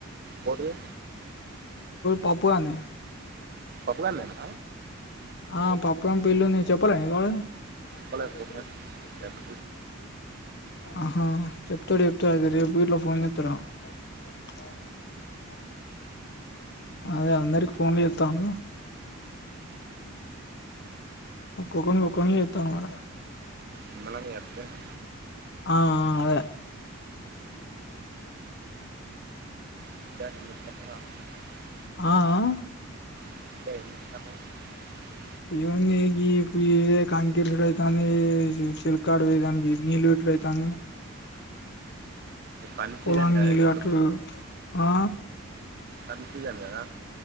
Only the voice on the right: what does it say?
ఎవరిదీ
పప్పుగా నేను
పోలేదు పోతే రేపటి
నిమ్మలం చేస్తాను
<inaudible>
<inaudible>
పని
సీజన్ కదా
ఇప్పుడు
అన్నీ చేయాలి కదా